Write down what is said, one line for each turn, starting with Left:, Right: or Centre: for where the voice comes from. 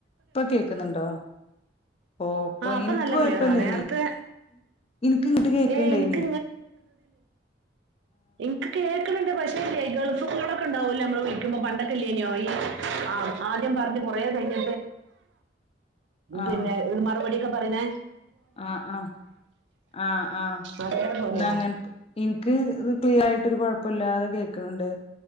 Left: ഇപ്പൊ കേക്കുന്നുണ്ടോ ഓപ്പൊ
Right: ആ അപ്പൊ
Left: എനിക്ക്
Right: നല്ല
Left: കൊഴപ്പല്ല
Right: ക്ലിയറാ നേരത്തെ
Left: ഇനി ഇനക്ക് ഇങ്ങിട്ട് കേക്കണ്ടായിനി
Right: ഏ എനിക്ക് എനക്ക് കേൾക്കണണ്ട് പക്ഷേ ല്ലേ ഗൾഫ് കോളൊക്കെണ്ടാവൂല്ലേ നമ്മള് വിളിക്കുമ്പോ പണ്ടക്കല്ലെനോ ആഹ് ആദ്യം പറഞ്ഞ് കൊറേ കഴിഞ്ഞ
Left: ആഹ്
Right: പിന്നെ ഒരു മറുപടിൊക്കെ പറയുന്നെ
Left: ആഹ് ആഹ് ആഹ് ആഹ്
Right: അതേപോലെ
Left: ന്നാ അങ്ങനെ ഇൻക് ഫുൾ ആയിട്ടൊരു കൊഴപ്പില്ലാതെ കേക്കണണ്ട്